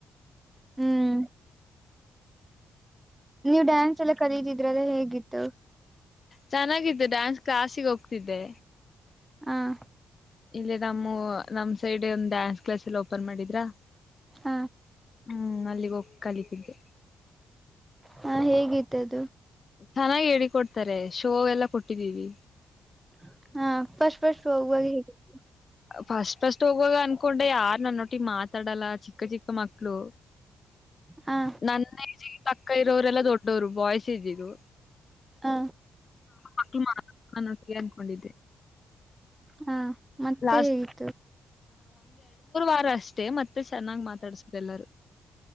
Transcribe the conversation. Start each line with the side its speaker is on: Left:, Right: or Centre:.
Right: ಹ್ಮ್ ನೀವ್ ಡ್ಯಾನ್ಸ್ ಎಲ್ಲ ಕಲೀರಿ ಹೇಗಿತ್ತು
Left: ಚೆನ್ನಾಗಿತ್ತು ಡ್ಯಾನ್ಸ್ ಕ್ಲಾಸ್ ಗೆ ಹೋಗ್ತಿದ್ದೆ
Right: ಹ್ಮ್
Left: ಇಲ್ಲಿ ನಮ್ದು ನಮ್ ಸೈಡ್ಡ್ ಡ್ಯಾನ್ಸ್ ಕ್ಲಾಸ್ ಓಪನ್ ಮಾಡಿದ್ರಾ
Right: ಹ
Left: ಹ್ಮ್ಅಲಿಗೆ ಕಲಿತಿದ್ದೆ
Right: ಹ್ಮ್ ಹೇಗಿತ್ತು ಅದು
Left: ಚೆನ್ನಾಗಿ ಹೇಳಿಕೊಟ್ಟು ಶೋ ಎಲ್ಲ ಕೊಟ್ಟಿದ್ದೀವಿ
Right: <inaudible> ಹ್ಮ್ ಫಸ್ಟ್ ಫಸ್ಟ್ ಹೋಗುವಾಗ ಹೇಗಿತ್ತು
Left: ಫಸ್ಟ್ ಫಸ್ಟ್ ಹೋಗುವಾಗ ಅನ್ಕೊಂಡೆ ಯಾರು ನನ್ನವತ್ತಿ ಮಾತಾಡಲ್ವ ಚಿಕ್ಕ ಚಿಕ್ಕ ಮಕ್ಕಳು
Right: ಹ
Left: ನಾನು ಅಲ್ಲಿರೋರೆಲ್ಲ ದೊಡ್ಡವರು ಬಾಯ್ಸ್ ಇದ್ದಿದ್ದು
Right: ಹ
Left: ಮಕ್ಕಳು ನನ್ ಜೊತೆ ಮಾತಾಡಲ್ಲ ಅನ್ಕೊಂಡಿದ್ದೆ
Right: ಹ ಮತ್ತೆ
Left: <unintelligible> <inaudible>
Right: ಹೇಗಿತ್ತು
Left: ಾರ ಅಷ್ಟೇ ಮತ್ತೆ ಚೆನ್ನಾಗ್ ಮಾತಾಡ್ಸದೆ ಎಲ್ಲಾರೂ